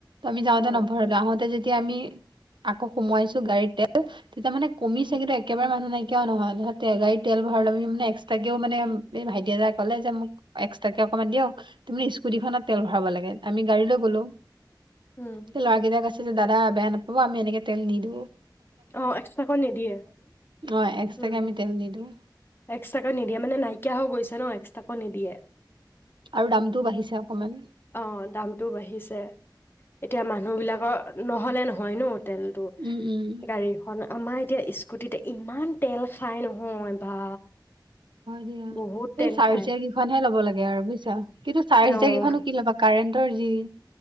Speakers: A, on the right; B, on the left.
A: তমি যাওঁতে
B: অ অ
A: যে ন
B: অ
A: ভৰ লে আহোঁতে তেতিয়া আমি আকৌ সোমাইছো গাড়ী <unintelligible> তেতিয়া মানে কমিছে
B: উম,
A: কিন্তু একেবাৰে মানুহ নাই কিয় নহয় গাড়ীত তেল ভৰাবে এক্সট্ৰাকেও মানে এই ভাইটি এতই ক'লে যে মোক এক্সট্ৰাকে অকণমান দিয়ক তে স্কুটিখনত তেল ভৰাব লাগে আমি গাড়ী লৈ গ'লো।
B: উম,
A: হে লৰাকেইটাই কৈছে যে দাদা বেয়া নাপাব আমি এনেকে তেল নিদো
B: অ' এক্সট্ৰাকৈ নিদিয়ে উম
A: অ এক্সট্ৰাকে আমি তেল নিদিওঁ
B: এক্সট্ৰাকৈ নিদিয়ে মানে নাইকিয়া হৈ গৈছে ন এক কাকো নিদিয়ে।
A: আৰু দামটোও বাঢ়িছে অকমান।
B: অ' দামতটো বাঢ়িছে এতিয়া মানুহ বিলাকৰ নহলে নহয় নো তেলতটো
A: উম উম
B: গাড়ীখন আমাৰ এতিয়া স্কুটিতে ইমান তেল খাই নহয় বা।
A: হয় দিয়া
B: বহুত
A: সেই
B: তেল
A: চাৰ
B: খায়।
A: চ কেইখনহে ল'ব লাগে। লাগে আৰু বুইছা? কিন্তু চাৰি চকীয়া
B: অ',
A: কৈইখনো কি লবা কাৰেণ্ট তজি